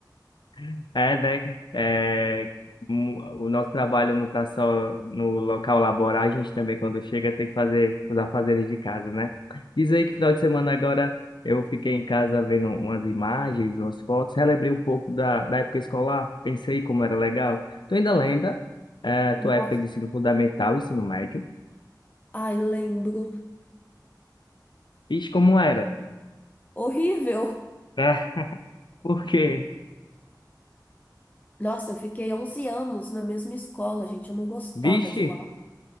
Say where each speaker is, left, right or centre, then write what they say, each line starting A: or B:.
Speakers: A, on the left (about 80°); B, on the left (about 20°).
A: <laughs> é, né? É, hum, o nosso trabalho não está só no local laboral, a gente também, quando chega, tem que fazer os afazeres de casa, né? Diz aí que final de semana agora eu fiquei em casa vendo umas imagens, umas fotos, relembrei um pouco da, da época escolar, pensei como era legal. Tu ainda lembra, é, tua
B: Nossa,
A: época de ensino fundamental, ensino médio?
B: ai, lembro.
A: Ixi, como era?
B: Horrível.
A: <laughs> Por quê?
B: Nossa, eu fiquei 11 anos na mesma escola, gente. Eu não gostava
A: Vixe!
B: de lá.